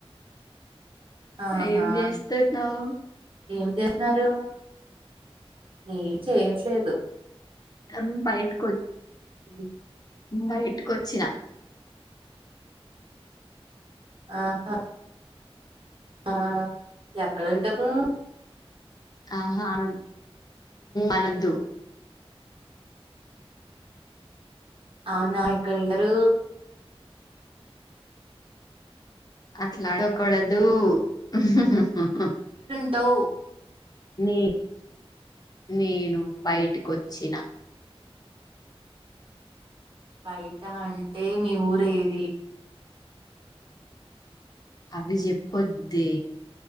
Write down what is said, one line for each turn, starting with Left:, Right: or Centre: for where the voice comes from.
Right: ఆహా!
Left: ఏం చేస్తున్నావు
Right: ఏం చేస్తున్నారు? ఏం చేయ్ ట్లేదు
Left: ఆ బయటికో
Right: <inaudible>
Left: బయటకి వచ్చిన
Right: ఆహా ఆ ఎక్కడంటకు
Left: ఆహా అన అనద్దు
Right: అవునాయక్కడండరు
Left: అట్లాడుకడదు ఆహా
Right: <inaudible>
Left: నే నేను బయటికొచ్చిన
Right: బయట అంటే మీ ఊరేది
Left: అవి చెప్పొద్దె